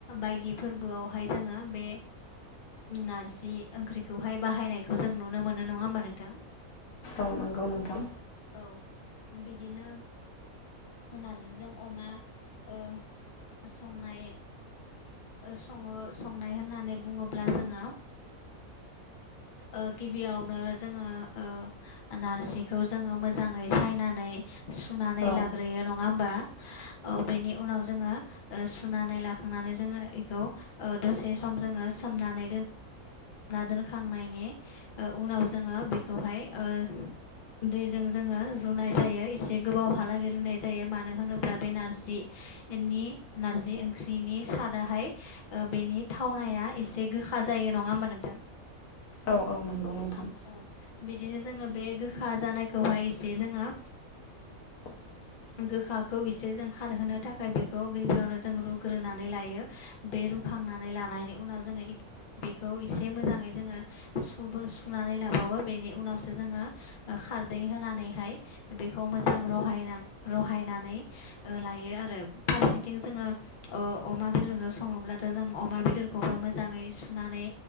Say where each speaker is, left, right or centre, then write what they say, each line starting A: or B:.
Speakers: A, on the left; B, on the left.
A: बायदि फोरबोआवहाय जोङो बे नारजि ओंख्रिखौहाय बाहायनायखौ जों नुनो मोनो नङा होनबा नोंथां।
B: औ नोंगौ नोंथां
A: औ बिदिनो नारजिजों अमा ओ संनाय ओ सङो संनाय होननानै बुङोब्ला जोङो ओ गिबियावनो जोङो ओ नारजिखौ जोङो मोजाङै सायनानै सुनानै
B: औ
A: लाग्रोयो नङा होमबा औ बेनि उनाव जोङो ओ सुनानै लाखांनानै जोङो इखौ ओ दसे सम जोङो सोमना‌ जोंखांनायनि ओ उनाव जोङो बेखौहाय ओ दैजों जोङो रुनाय जायो एसे गोबावहालागै रुनाय जायो मानो होनोब्ला बे नारजि नि नारजि ओंख्रिनि सादाहाय बेनि थावनाया एसे गोखा जायो नङा होमबा नोंथां
B: औ औ नंगौ नोंथां
A: औ बिदिनो जोङो बे गोखा जानायखौहाय एसे जोङो
B: <unintelligible>
A: गोखाखौ एसे जों खारहोनो थाखाय बेखौ गिबियावनो जों रुग्रोनानै लायो बे रु खांनानै लानायनि उनाव जोङो इ बेखौ एसे मोजाङै जोङो सुबो सुनानै लाबावो बेनि उनावसो जोङो खारदै होनानैहाय बेखौ मोजां रहायना रहायनानै ओ लायो आरो फारसेथिं जोङो अ-अमा बेदरजों सङोब्ला दा जों अमा बेदरखौबो मोजाङै सुनानै